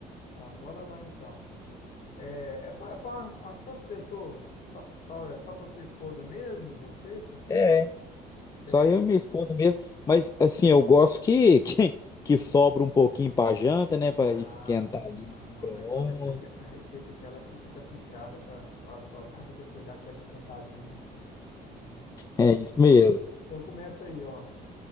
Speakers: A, on the left (about 55°); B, on the left (about 20°).
A: Tá, bora lá então. É, é para umas quantas pessoas? Só, só, é só para sua esposa mesmo, você, sua filha?
B: É,
A: Cê-
B: Só eu e minha esposa mesmo. Mas assim, eu gosto que, <laughs> que, que sobra um pouquinho pra janta, né? Pra
A: Ah,
B: esquentar ali
A: não,
B: no
A: não,
B: micro-ondas.
A: mas pode deixar que essa receita aqui ela fica caprichada para sobrar <laughs> para depois dar aquela esquentadinha. Uhum.
B: É isso mesmo.
A: Então começa aí, ó,